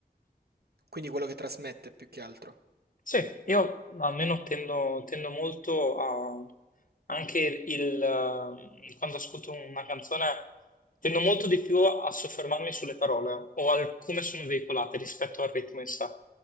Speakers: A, on the right; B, on the left.
A: Quindi quello che trasmette più che altro.
B: Sì, io almeno tendo, tendo molto a... anche il... eh, quando ascolto una canzone, tendo molto di più a soffermarmi sulle parole o al come sono veicolate rispetto al ritmo in sé.